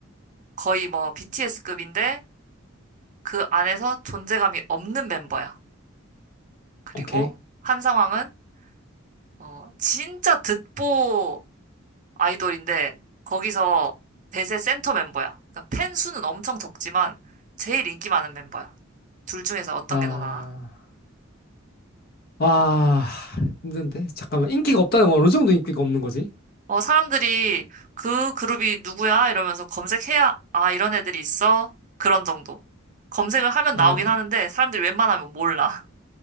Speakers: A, on the right; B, on the left.
A: 거의 뭐 BTS급인데, 그 안에서 존재감이 없는 멤버야. 그리고
B: 오케이.
A: 한 상황은 어, 진짜 듣보 아이돌인데 거기서 대세 센터 멤버야. 그러니까 팬 수는 엄청 적지만 제일 인기 많은 멤버야. 둘 중에서 어떤
B: 아,
A: 게 더 나아?
B: 와, 힘든데? 잠깐만. 인기가 없다는 건 어느 정도 인기가 없는 거지?
A: 어, 사람들이 그 그룹이 누구야? 이러면서 검색해야 아, 이런 애들이 있어? 그런 정도. 검색을 하면
B: 아,
A: 나오긴 하는데 사람들이 웬만하면 몰라.